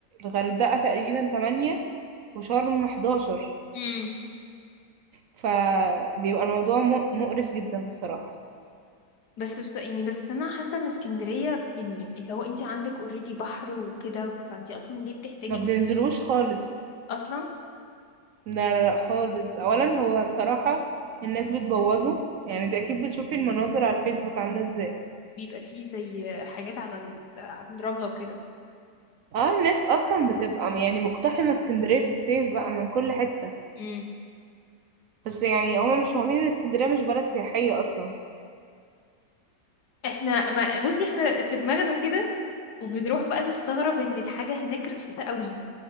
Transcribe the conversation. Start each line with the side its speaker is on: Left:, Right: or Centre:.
Right: الغردقة تقريبا تمانية وشرم حداشر
Left: امم
Right: فبيبقى الموضوع م- مقرف جدا بصراحة
Left: بس بس يعني بس انا حاسه ان اسكندريه يعني اللي هو انت عندك اوريدي بحر وكده فانت اصلا ليه بتحتاجي
Right: ما بننزلوش
Left: بحر؟
Right: خالص
Left: اصلا
Right: لا لا لا خالص أولا هو الصراحة الناس بتبوظه يعني انت أكيد بتشوفي المناظر على الفيسبوك عاملة ازاي
Left: بيبقى فيه زي حاجات على ال- على الرمله وكده
Right: اه الناس اصلا بتبقى يعني مقتحمه اسكندريه في الصيف بقى من كل حته
Left: امم
Right: بس يعني هما مش فاهمين ان اسكندريه مش بلد سياحيه اصلا
Left: احنا ما بصي احنا في دماغنا كده وبنروح بقى نستغرب ان الحاجه هناك رخيصه قوي